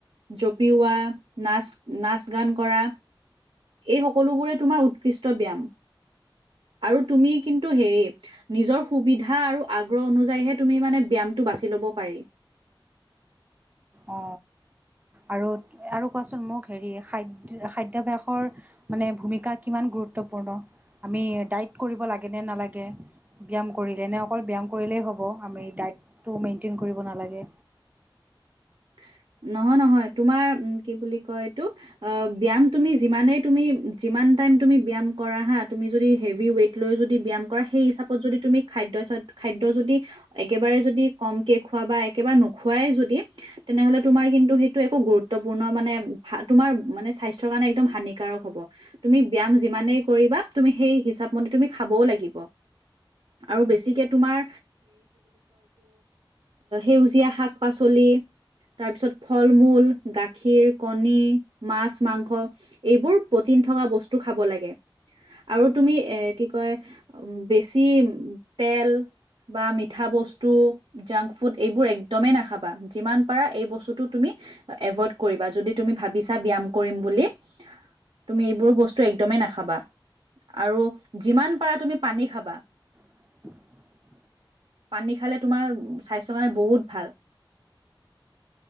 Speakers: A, on the right (about 85°); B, on the right (about 20°).
A: জপিওৱা নাচ নাচ গান কৰা এই সকলোবোৰেই তোমাৰ উৎকৃষ্ট ব্যায়াম আৰু তুমি কিন্তু হে নিজৰ সুবিধা আৰু আগ্ৰহ অনুযায়ীহে তুমি মানে ব্যায়ামটো বাচি লব পাৰি
B: অ আৰু আৰু কোৱাচোন মোক হেৰি খাদ্য খাদ্যভ্যাসৰ মানে ভূমিকা কিমান গুৰুত্বপূৰ্ণ আমি দাইত কৰিব লাগে নে নালাগে ব্যায়াম কৰিলে নে অকল ব্যায়াম কৰিলেই হ'ব আমি ডাটটো মেইনটেইন কৰিব নালাগে
A: <unintelligible> নহয় নহয় তোমাৰ কি বুলি কয় এইটো অ ব্যায়াম তুমি যিমানেই তুমি ইমান টাইম তুমি ব্যায়াম কৰা হা তুমি যদি হেভি ৱেট লৈ যদি ব্যায়াম কৰা সেই হিচাপত যদি তুমি খাদ্য খাদ্য যদি একেবাৰে যদি কমকে খোৱা বা একেবাৰে নোখোৱাই যদি তেনেহলে তোমাৰ কিন্তু সেইটো একো গুৰুত্বপূৰ্ণ মানে ভা- তোমাৰ মানে স্বাস্থ্যৰ কাৰণে একদম হানিকাৰক হব তুমি ব্যায়াম যিমানেই কৰিবা তুমি সেই হিচাপ মতে তুমি খাবও লাগিব আৰু বেছিকে তোমাৰ উ <unintelligible> তাৰপিছত ফল মূল গাখীৰ কণী মাছ মাংস এইবোৰ প্ৰটিন টো থকা বস্তু খাব লাগে আৰু তুমি এ কি কয় বেছি তেল বা মিঠা বস্তু জাংক ফুড এইবোৰ একদমেই নাখাবা যিমান যিমান পাৰা এই বস্তুটো তুমি আ এভয়ড কৰিবা যদি তুমি ভাবিছা ব্যাম কৰিম বুলি তুমি এইবোৰ বস্তু একদমেই নাখাবা আৰু যিমান পাৰা তুমি পানী খাবা
B: <inaudible>
A: পানী খালে তোমাৰ স্বাস্থ্যৰ কাৰণে বহুত ভাল